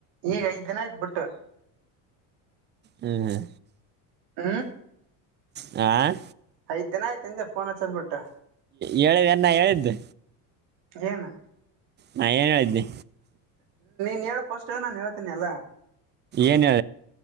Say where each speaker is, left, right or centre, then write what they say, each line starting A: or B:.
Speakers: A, on the right (about 65°); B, on the right (about 25°).
A: ಈಗ ಐದ್ ದಿನ ಆಯ್ತ್ ಬಿಟ್ಟು
B: ಹ್ಮ್ ಹ್ಮ್
A: ಹ
B: ಆ
A: ಐದ ದಿನ ಆಯ್ತ ಅಂದೆಫೋನ್ ಹೋಬಟ್ಟ
B: ಹೇಳಿದೆನ್ನ ಹೇಳಿದ್ದು
A: ಏನು
B: ನಯ ಏನ್ದೆ
A: ಹೇಳಳ್ಫಸ್ಟ್ ನಾನನ್ ಹೇಳ್ತೀನಿಲ್ಲಾ
B: ಏನೆ